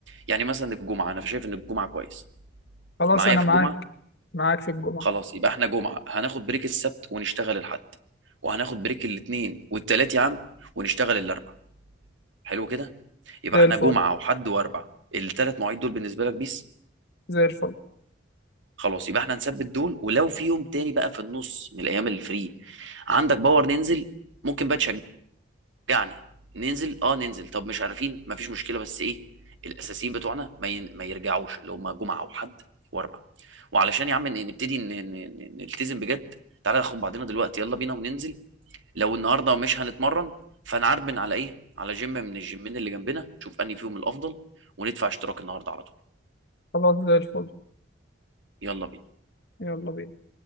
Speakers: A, on the right (about 80°); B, on the left (about 55°).
A: يعني مثلا الجمعه انا شايف ان الجمعه كويس
B: خلاص
A: معايا
B: انا
A: في
B: معاك
A: الجمعه
B: معاك في الجمعة
A: خلاص يبقى احنا جمعه هناخد بريك السبت ونشتغل الحد وهناخد بريك الاثنين والتلات يا عم ونشتغل الاربع حلو كده يبقى
B: زي
A: احنا
B: الفل
A: جمعه وحد واربع الثلاث مواعيد دول بالنسبه لك بيس
B: زي الفل
A: خلاص يبقى احنا هنثبت دول ولو في يوم تاني بقى في النص من الايام الفري عندك باور ننزل ممكن بقى تشجع يعني ننزل اه ننزل طب مش عارفين مفيش مشكله بس ايه الاساسيين بتوعنا ما, ين... ما يرجعوش اللي هم جمعه وحد واربع وعلشان يا عم ن- نبتدي ن... ن... ن- نلتزم بجد تعالى ناخد بعضنا دلوقتي يلا بينا وننزل لو النهارده مش هنتمرن فنعربن على ايه على جيم من الجيمين اللي جنبنا نشوف انهي فيهم الافضل وندفع اشتراك النهارده على طول
B: خلاص زي الفل
A: يلا بينا
B: يلا بينا